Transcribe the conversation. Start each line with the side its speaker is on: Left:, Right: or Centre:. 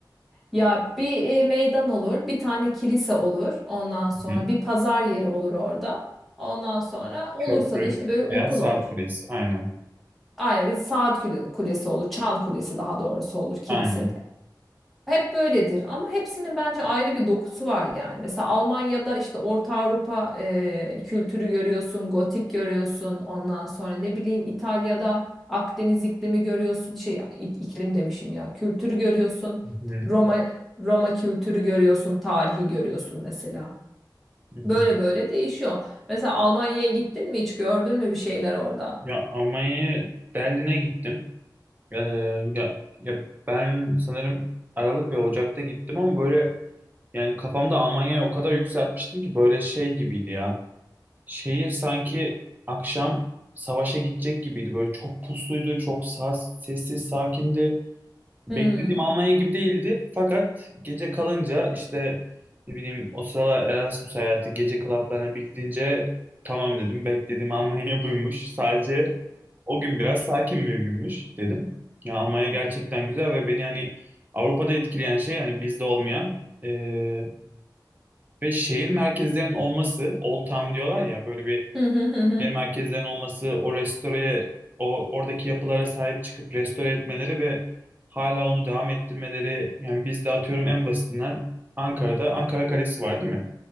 Centre: Ya bir e, meydan olur, bir tane kilise olur. Ondan sonra
Right: Hı.
Centre: bir pazar yeri olur orada. Ondan sonra olursa
Right: Köprü
Centre: da işte böyle okul
Right: veya saat
Centre: olur.
Right: kulesi, aynen.
Centre: Aynen bir saat kule- kulesi olur, çan kulesi daha doğrusu olur kilisede.
Right: Aynen.
Centre: Hep böyledir ama hepsinin bence ayrı bir dokusu var yani. Mesela Almanya'da işte Orta Avrupa e, kültürü görüyorsun, gotik görüyorsun. Ondan sonra ne bileyim İtalya'da Akdeniz iklimi görüyorsun. Şey i- iklim demişim ya. Kültürü görüyorsun.
Right: Hı hı.
Centre: Roma Roma kültürü görüyorsun, tarihi görüyorsun mesela.
Right: hı hı.
Centre: Böyle böyle değişiyor. Mesela Almanya'ya gittin mi hiç gördün mü bir şeyler orada?
Right: Ya Almanya'ya Berlin'e gittim. Ee, ya, ya ben sanırım Aralık ve Ocak'ta gittim ama böyle yani kafamda Almanya'ya o kadar yükseltmiştim ki böyle şey gibiydi ya. Şehir sanki akşam savaşa gidecek gibiydi. Böyle çok pusluydu, çok sa- sessiz, sakindi. Beklediğim
Centre: Hmm.
Right: Almanya gibi değildi. Fakat gece kalınca işte ne bileyim o sıralar Erasmus hayatı gece klaplarına bir gidince tamam dedim. Beklediğim Almanya <laughs> buymuş. Sadece o gün biraz sakin bir günmüş dedim. Ya Almanya gerçekten güzel ve beni hani Avrupa'da etkileyen şey hani bizde olmayan e, ve şehir merkezlerinin olması, Old Town diyorlar ya böyle bir
Centre: Hı hı hı hı.
Right: şehir merkezlerinin olması, o restoreye, o oradaki yapılara sahip çıkıp restore etmeleri ve hala onu devam ettirmeleri. Yani biz de atıyorum en basitinden Ankara'da Ankara Kalesi var değil mi?